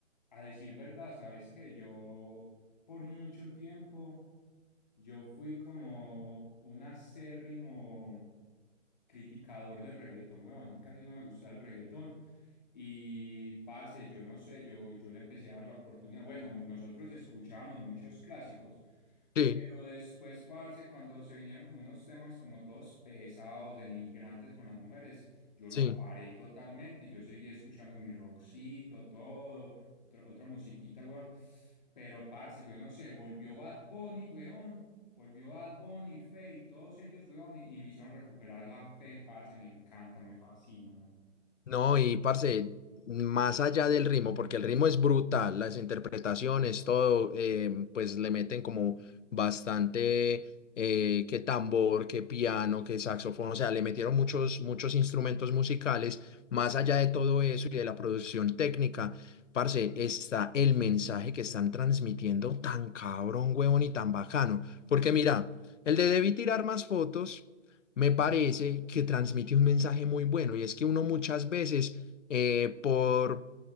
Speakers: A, on the left; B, on the left.
A: a decir verdad, sabes que yo por mucho tiempo, yo fui como un acérrimo criticador del reggaetón, weón, casi no me gustaba el reggaetón. Y parce, yo no sé, yo, yo le empecé a dar la oportunidad. Bueno, nosotros escuchábamos muchos clásicos.
B: Sí,
A: Pero después, parce, cuando se vinieron como unos temas como todos pesados, denigrantes con las mujeres, yo
B: sí.
A: lo paré totalmente y yo seguí escuchando mi rockcito, todo, otra, otra musiquita, weón. Pero, parce, yo no sé, volvió Bad Bunny, weón. Volvió Bad Bunny, Feid, todos ellos, weón, y, y me hicieron recuperar la fe, parce, me encanta, me fascina, weón.
B: No, y parce, más allá del ritmo, porque el ritmo es brutal, las interpretaciones, todo, em, pues le meten como bastante, eh, que tambor, que piano, que saxofón, o sea, le metieron muchos, muchos instrumentos musicales, más allá de todo eso y de la producción técnica, parce, está el mensaje que están transmitiendo tan cabrón, huevón y tan bacano, porque mira, el de Debí tirar más fotos me parece que transmite un mensaje muy bueno y es que uno muchas veces eh, por,